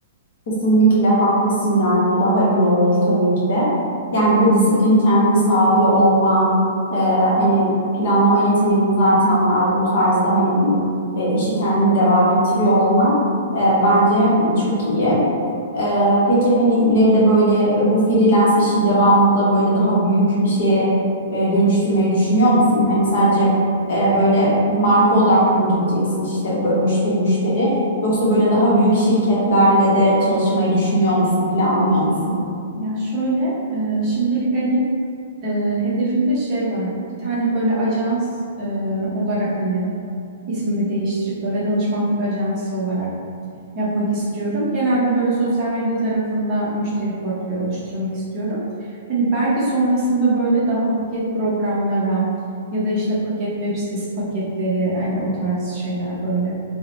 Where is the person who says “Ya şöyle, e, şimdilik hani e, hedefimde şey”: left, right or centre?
Right